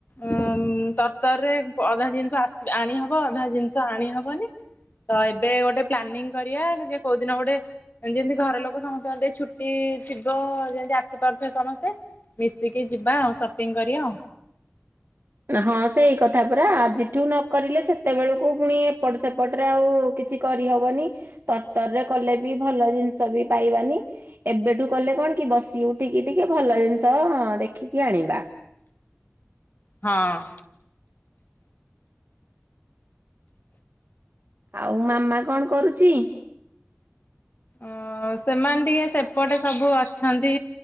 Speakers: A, on the left; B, on the right.
A: ଉଁ ତରତର ରେ ପ ଅଧା ଜିନିଷ ଆସି ଆଣି ହବ ଅଧା ଜିନିଷ ଆଣି ହବନି। ତ ଏବେ ଗୋଟେ ପ୍ଲାନିଂ କରିବା ଯେ କୋଉଦିନ ଗୋଟେ ଯେମିତି ଘର ଲୋକ ସମସ୍ତଙ୍କର ଛୁଟି ଥିବ ଯେମିତି ଆସି ପାରୁଥିବେ ସମସ୍ତେ। ମିଶିକି ଯିବା ଆଉ ସପିଙ୍ଗ କରିବା ଆଉ।
B: ହଁ ସେଇ କଥା ପରା ଆଜିଠୁ ନକରିଲେ ସେତେବେଳକୁ ପୁଣି ଏପଟ ସେପଟରେ ଆଉ କିଛି କରିହବନି ତରତର ରେ କଲେ ବି ଭଲ ଜିନିଷ ବି ପାଇବାନି। ଏବେଠୁ କଲେ କଣ କି ବସି ଉଠିକି ଟିକେ ଭଲ ଜିନିଷ ଦେଖିକି ଆଣିବା।
A: ହଁ।
B: ଆଉ ମାମା କଣ କରୁଚି?
A: ଓ ସେମାନେ ଟିକେ ସେପଟେ ସବୁ ଅଛନ୍ତି।